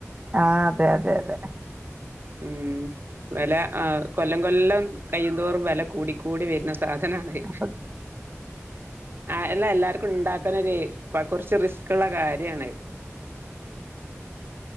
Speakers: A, on the right; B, on the right.
A: ആഹ് അതെ അതെ അതെ
B: ഉം വെല ആ കൊല്ലം കൊല്ലം കയ്യുന്തോറും വെല കൂടിക്കൂടി വര്ന സാധനാണത്.
A: അപ്പൊ
B: ആഹ് എല്ലാ എല്ലാർക്കും ഉണ്ടാക്കനൊര് പ്പ കൊർച്ച് റിസ്ക് ഉള്ള കാര്യാണത്.